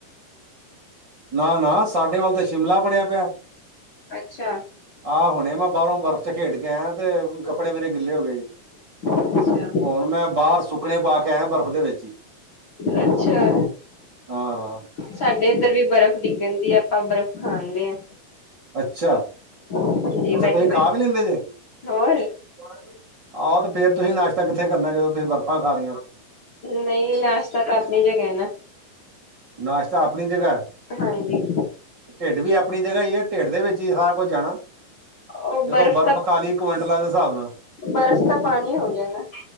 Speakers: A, on the right (about 30°); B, on the left (about 35°).
A: ਨਾ-ਨਾ ਸਾਡੇ ਵੱਲ ਤਾਂ ਸ਼ਿਮਲਾ ਬਣਿਆ ਪਿਆ ਹੈ।
B: ਅੱਛਾ।
A: ਆਹ ਹੁਣੇ ਮੈਂ ਬਾਹਰੋਂ ਬਰਫ਼ ਚ ਖੇਡ ਕੇ ਆਇਆ ਤੇ ਕੱਪੜੇ ਮੇਰੇ ਗਿੱਲੇ ਹੋ ਗਏ ਸੀ।
B: ਅੱਛਾ
A: ਹੁਣ ਮੈਂ ਬਾਹਰ ਸੁੱਕਣੇ ਪਾ ਕੇ ਆਇਆ ਹੈ ਬਰਫ਼ ਦੇ ਵਿੱਚ ਹੀ।
B: ਅੱਛਾ
A: ਹਾਂ
B: ਸਾਡੇ ਇੱਧਰ ਵੀ ਬਰਫ਼ ਡਿੱਗ ਜਾਂਦੀ ਹੈ ਆਪਾਂ ਬਰਫ਼। ਖਾਂਦੇ ਆ
A: ਅੱਛਾ।
B: ਹਾਂਜੀ
A: ਅੱਛਾ
B: ਬੈਠੇ
A: ਤੁਸੀਂ
B: ਬੈਠੇ
A: ਖਾ ਵੀ ਲੈਂਦੇ ਜੇ ਹਾਂ
B: ਹੋਰ
A: ਉਹ ਤੇ। ਫੇਰ ਤੁਸੀਂ ਨਾਸ਼ਤਾ ਕਿੱਥੇ ਕਰਨਾ ਜਦੋਂ ਤੁਸੀਂ ਬਰਫ਼ਾਂ ਖਾ ਲਈਆਂ ਹੁਣ।
B: ਨਹੀਂ ਨਾਸ਼ਤਾ ਤਾਂ ਆਪਣੀ ਜਗ੍ਹਾ ਨਾ।
A: ਨਾਸ਼ਤਾ ਆਪਣੀ ਜਗ੍ਹਾ
B: ਹਾਂਜੀ
A: ਢਿੱਡ ਵੀ ਆਪਣੀ ਜਗ੍ਹਾ ਹੀ ਹੈ ਢਿੱਡ ਦੇ ਵਿੱਚ। ਹੀ ਸਾਰਾ ਕੁੱਝ ਜਾਣਾ ਹੈ।
B: ਉਹ
A: ਜਦੋਂ ਬਰਫ਼
B: ਤਾਂ
A: ਖਾ ਲਈ ਕੁਇੰਟਲਾਂ ਦੇ ਹਿਸਾਬ ਨਾਲ?
B: ਬਰਫ਼ ਤਾਂ ਪਾਣੀ ਹੋ ਗਿਆ ਨਾ